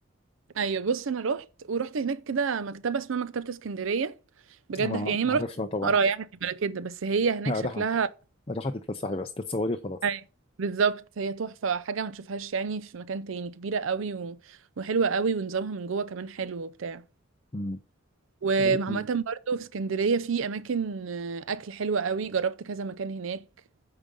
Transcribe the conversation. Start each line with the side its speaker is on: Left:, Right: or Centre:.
Right: ايوه بص انا رحت ورحت هناك كده مكتبه اسمها مكتبه اسكندريه بجد
Left: اه
Right: يعني ما
Left: عارفها
Right: رحت
Left: طبعا
Right: اقرا يعني ولا كده بس هي هناك
Left: <laughs> راحة
Right: شكلها
Left: راحة تتفسحي بس تتصوري وخلاص
Right: أي. بالظبط هي تحفه حاجه ما تشوفهاش يعني في مكان تاني كبيره قوي و... وحلوه قوي ونظامها من جوه كمان حلو وبتاع
Left: مم.
Right: وعامه
Left: ولكن
Right: برضو في اسكندريه في اماكن آه، اكل حلوه قوي جربت كذا مكان هناك